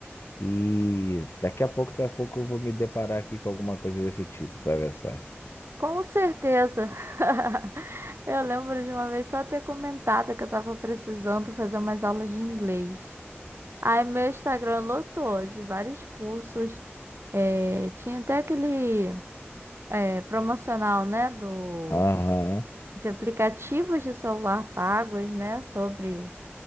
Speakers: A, on the left; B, on the right.
A: E daqui a pouco, daqui a pouco eu vou me deparar aqui com alguma coisa desse tipo, tu vai ver só.
B: Com certeza. <laughs> Eu lembro de uma vez só ter comentado que eu tava precisando fazer umas aulas de inglês. Aí meu Instagram lotou de vários cursos. É, tinha até aquele é, promocional, né, do,
A: Aham,
B: de aplicativos de celular pagos, né, sobre